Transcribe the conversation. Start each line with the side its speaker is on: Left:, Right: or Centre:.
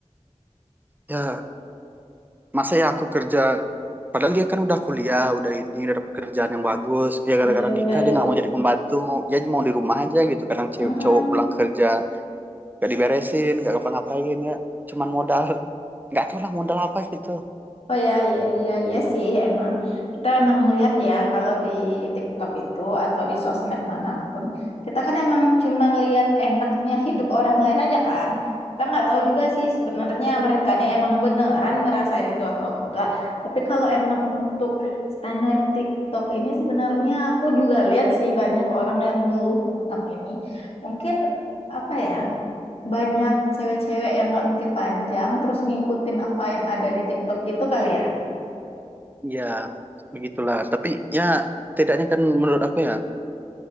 Right: ya masa ya aku kerja padahal dia kan udah kuliah udah ini udah dapet kerjaan yang bagus ya gara-gara
Left: iya, iya,
Right: nikah dia
Left: iya.
Right: nggak mau jadi pembantu mau dia mau di rumah aja gitu kadang cew-
Left: Hmm.
Right: cowok pulang kerja gak diberesin gak ngapa-ngapain ya cuman modal nggak tahu lah modal apa gitu
Left: Oh ya, iya, iya, iya sih emang. Kita emang lihat ya kalau di TikTok itu atau di sosmed manapun, kita kan emang cuman lihat enaknya hidup orang lain aja kan. Kita nggak tahu juga sih sebenarnya mereka nih emang beneran ngerasain itu atau enggak. Tapi kalau emang untuk standar TikTok ini sebenarnya aku juga lihat sih banyak orang yang ngeluh tentang ini. Mungkin apa ya? banyak cewek-cewek yang nggak mikir panjang terus ngikutin apa yang ada di TikTok gitu kali ya.
Right: ya begitulah tapi ya tidaknya kan menurut aku ya